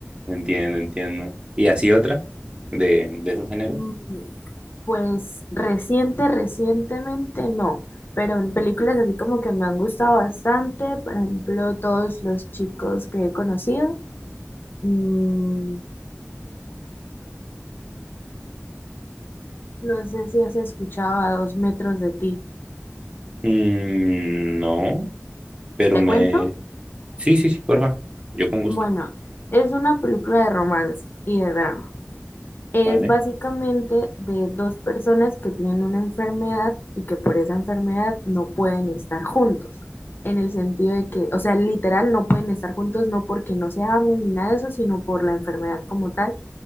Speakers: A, on the right (about 20°); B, on the left (about 45°).
A: Entiendo, entiendo. ¿Y así otra de, de esos géneros?
B: Mm, Pues reciente, recientemente no, pero en películas así como que me han gustado bastante, por ejemplo, todos los chicos que he conocido. Mm, no sé si has escuchado a dos metros de ti.
A: Mm, no, pero
B: ¿Te
A: me...
B: cuento?
A: Sí, sí, sí, porfa. Yo con gusto.
B: Bueno, es una película de romance y de drama. Es
A: Vale.
B: básicamente de dos personas que tienen una enfermedad y que por esa enfermedad no pueden estar juntos. En el sentido de que, o sea, literal no pueden estar juntos, no porque no se amen ni nada de eso, sino por la enfermedad como tal,